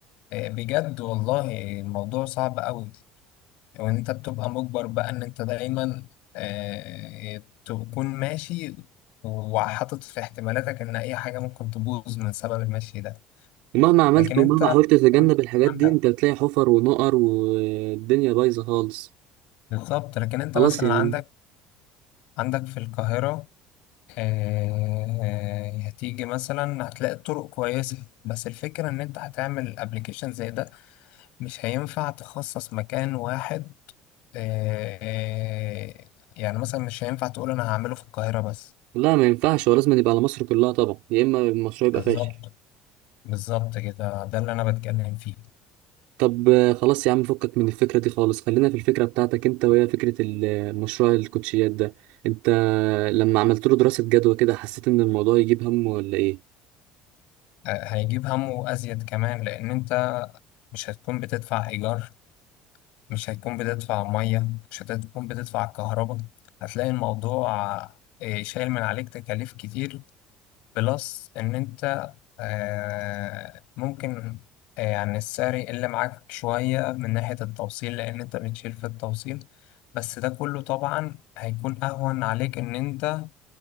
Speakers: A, on the left; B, on the right.
A: آه، بجد والله الموضوع صعب قوي وان انت بتبقى مجبر بقى ان انت دايما آه، تكون ماشي وحاطط في احتمالاتك ان اي حاجه ممكن تبوظ من سبب المشي ده
B: مهما عملت
A: لكن انت
B: ومهما حاولت تتجنب الحاجات
A: عندك
B: دي انت بتلاقي حفر ونقر والدنيا بايظة خالص
A: بالظبط لكن انت
B: خلاص
A: مثلا
B: يا عم
A: عندك عندك في القاهره آه، هتيجي مثلا هتلاقي طرق كويسه بس الفكره ان انت هتعمل ابلكيشن زي ده مش هينفع تخصص مكان واحد آه، آه، يعني مثلا مش هينفع تقول انا هعمله في القاهره بس
B: لا ما ينفعش هو لازم يبقى على مصر كلها طبعا يا اما المشروع يبقى
A: بالظبط
B: فاشل
A: بالظبط كده ده اللي انا بتكلم فيه
B: طب آه، خلاص يا عم فكك من الفكرة دي خالص خلينا في الفكرة بتاعتك انت وهي فكرة المشروع الكوتشيات ده انت لما عملت له دراسة جدوى كده حسيت ان الموضوع يجيب هم ولا ايه
A: آه، هيجيب همه ازيد كمان لان انت مش هتكون بتدفع ايجار مش هتكون بتدفع ميه مش هتكون بتدفع كهرباء هتلاقي الموضوع آه، شايل من عليك تكاليف كتير بلس ان انت آه، ممكن آه، يعني السعر يقل معاك شوية من ناحية التوصيل لان انت بتشيل في التوصيل بس ده كله طبعا هيكون اهون عليك ان انت